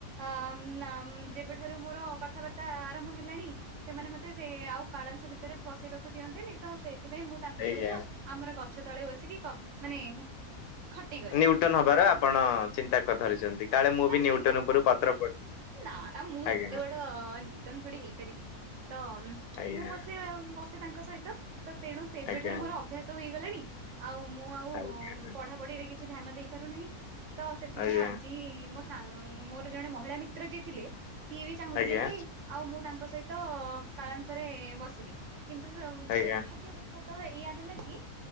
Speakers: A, on the right; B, on the left.
A: ଅମ ନାମ ଯେବେଠାରୁ ମୋର କଥାବାର୍ତ୍ତା ଆରମ୍ଭ ହେଲାଣି। ସେମାନେ ମତେ ସେ ଆଉ କାଳାଂସ ଭିତରେ ପସେଇବାକୁ ଦିଅନ୍ତିନି ତ ସେଇଥିପାଇଁ ମୁଁ ତାଙ୍କ
B: ଆଜ୍ଞା
A: ସହିତ ଆମର ଗଛ ତଳେ ବସିକି କ ମାନେ ଖଟି କରେ
B: ନ୍ୟୁଟନ ହବାର ଆପଣ ଚିନ୍ତା କରି ଧରିଚନ୍ତି କାଳେ ମୁଁ
A: ନାଇଁ
B: ବି ନ୍ୟୁଟନ ଉପରୁ ପତ୍ର ପ
A: ନା ନା ମୁଁ
B: ଆଜ୍ଞା
A: ଏତେ ବଡ ନ୍ୟୁଟନ ଥୋଡି ହେଇପାରିବି ତ
B: ଆଜ୍ଞା
A: ମୁଁ ବସେ ବ ତାଙ୍କ ସହିତ ତ ତେଣୁ ସେବେଠାରୁ
B: ଆଜ୍ଞା
A: ମୋର ଅଭ୍ୟାସ ହେଇଗଲାଣି ଆଉ ମୁଁ ଆଉ
B: ଆଜ୍ଞା ଆଜ୍ଞା
A: ପଢା ପଢିରେ କିଛି ଧ୍ୟାନ ଦେଇ ପାରୁନାହିଁ ତ ସେଥିପାଇଁ
B: ଆଜ୍ଞା
A: ଆଜି ମୋ ସା ମୋର ଜଣେ ମହିଳା ମି ତ୍ର ଯିଏ ଥିଲେ ସିଏ ବି ଚାହୁଁଥିଲେ
B: ଆଜ୍ଞା
A: କି ଆଉ ମୁଁ ତାଙ୍କ ସହିତ କାଳାଂତରେ ବସିବି କିନ୍ତୁ
B: ଆଜ୍ଞା
A: ଦୁର୍ଭାଗ୍ୟ
B: ଆଜ୍ଞା
A: ବସତ ଏଇଆ ହେଲା କି